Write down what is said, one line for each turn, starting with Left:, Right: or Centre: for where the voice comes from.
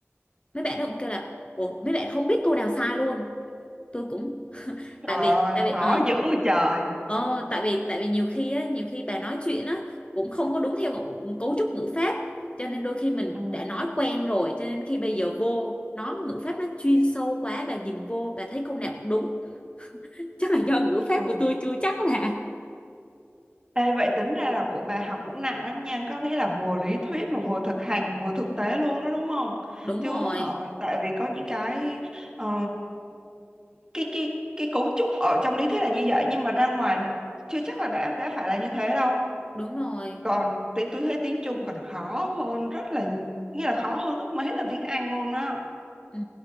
Left: mấy bạn đó cũng kêu là ủa mấy bạn không biết câu nào sai luôn tôi cũng tại
Right: trời
Left: vì
Right: ơi,
Left: tại vì
Right: khó
Left: ờ,
Right: dữ vậy trời.
Left: Ờ, tại vì tại vì nhiều khi á, nhiều khi bà nói chuyện á cũng không có đúng theo ngộ- cấu trúc ngữ pháp cho nên đôi khi mình
Right: Ừ.
Left: đã nói quen rồi cho nên khi bây giờ vô nó ngữ pháp nó chuyên sâu quá bà nhìn vô bà thấy câu nào cũng đúng chắc là do ngữ pháp
Right: Ừ.
Left: của tôi chưa chắc bà
Right: Ê, vậy tính ra là của bà học cũng nặng lắm nha, có nghĩa là vừa lý thuyết mà vừa thực hành, vừa thực tế luôn đó đúng không?
Left: đúng
Right: Chứ
Left: rồi
Right: họ tại vì có những cái ờ, cái cái cái cấu trúc ở trong lý thuyết là như vậy nhưng mà ra ngoài chưa chắc là đã đã phải là như thế đâu.
Left: đúng rồi
Right: Còn tí tôi thấy tiếng Trung còn khó hơn rất là nhi- nghĩa là khó hơn rất mấy lần tiếng Anh luôn á.
Left: ừ.